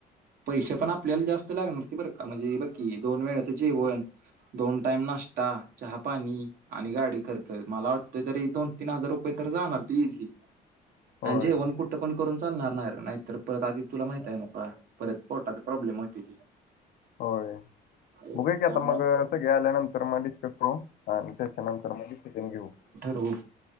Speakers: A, on the right; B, on the left.
A: पैसे पण आपल्याला जास्त लागणार की बरं का म्हणजे बकी दोन वेळच जेवण दोन टाम नाशता चहा पाणी आणि गाडी खर्च मला वाटत तरी दोन तीन हजार रुपये तर जाणार. तझी
B: होय
A: आणिजेऊन कुठं पण करून चालणार. नाही तर परत आधी तुला माहित आहे न का परत पोर्टात प्रॉब्लेम होते ती.
B: हो.
A: त्यामुळं
B: बघा की आता मग सगळे आल्यानंतर मग डिस्कस करू आणि त्याच्यानंतर मग डिसिजन घेऊ.
A: हो.